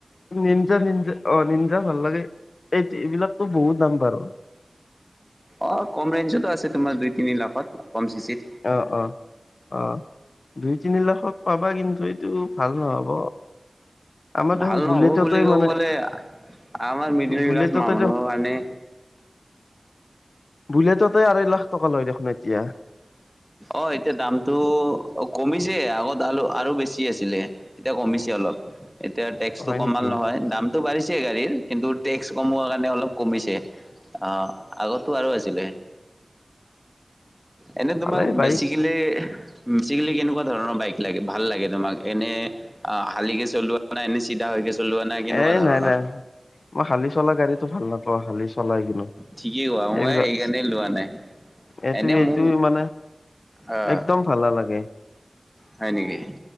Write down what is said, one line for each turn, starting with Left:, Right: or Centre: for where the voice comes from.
Left: নিনজা নিনজা অ নিনজা ভালাগে এইট এইবিলাকতো বহুত দাম বাৰু
Centre: অ কম ৰেঞ্জতো আছে তোমাৰ দুই তিনি লাখত কম চিচিত
Left: অহ অহ অহ দুই, তিনি লাখত পাবা কিন্তু এইটো ভাল নহ'ব। আমাৰ
Centre: ভাল
Left: দেখোন
Centre: নহব
Left: বুলেটতে
Centre: বুলি ক'ব
Left: মানে
Centre: গলে আমাৰ মিদুল
Left: বুলেটতে
Centre: ক্লাছ মানুহৰ কাৰণে
Left: বুলটতে আঢ়াই লাখ টকা লয় দেখোন এতিয়া
Centre: অ এতিয়া দামটো কমিছ ছে আগত আল আৰু বেছি আছিলে এতিয়া কমিছে অলপ এতিয়া টেক্সটো
Left: হয়
Centre: কম
Left: নেকি
Centre: ভাল নহয়। দামটো বাঢ়িছে গাড়ীৰ কিন্তু টেক্স কমোৱাৰ কাৰণে অলপ কমিছে। অহ, আগতো আৰু আছিলে এনে তোমাক
Left: ভালেই বাইক
Centre: বেছিকলে, বেছিকেলে কেনেকুৱা ধৰণৰ বাইক লাগে ভাল লাগে তোমাক এনে আ শালিকী চলোৱা <unintelligible> চলোৱা না কেনেকুৱা
Left: এ
Centre: ধৰণৰ
Left: নাই নাই। মই শালি চলা গাড়ীটো ভাল নাপাওঁ। শালি চ চলাই কিনো।
Centre: ঠিকেই কোৱা মই
Left: এইবিলাক
Centre: সেইকাৰণে লোৱা নাই
Left: এইটো,
Centre: এনে
Left: এইটো
Centre: মোক
Left: মানে
Centre: আহ
Left: একদম ভাল নালাগে।
Centre: হয় নেকি?